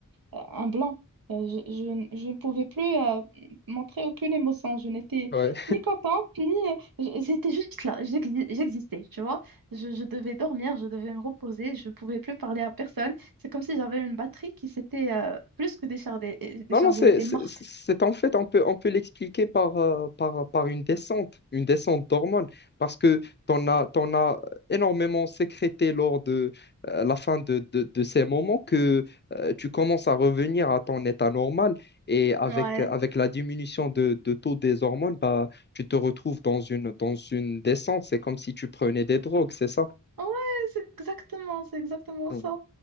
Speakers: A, on the right (about 80°); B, on the left (about 30°).
A: euh, un blanc. Euh, je, je n- je ne pouvais plus euh, montrer aucune émotion. Je n'étais
B: Ouais.
A: ni contente, ni... euh, j- J'étais juste là. J'exi- J'existais, tu vois. Je, je devais dormir, je devais me reposer. Je ne pouvais plus parler à personne. C'est comme si j'avais une batterie qui s'était euh, plus que déchargée,
B: Non,
A: déchargée.
B: non, c'est
A: Elle était
B: c'est-
A: morte.
B: c'est en fait, on peut, on peut l'expliquer par, euh, par, par une descente, une descente d'hormones, parce que t'en as, t'en as énormément sécrété lors de euh, la fin de, de, de ces moments que euh, tu commences à revenir à ton état normal et avec,
A: Ouais,
B: avec la diminution de, de taux des hormones, bah, tu te retrouves dans une, dans une descente. C'est comme si tu prenais des drogues, c'est ça?
A: Ouais, c'est exactement, c'est exactement
B: Mm,
A: ça.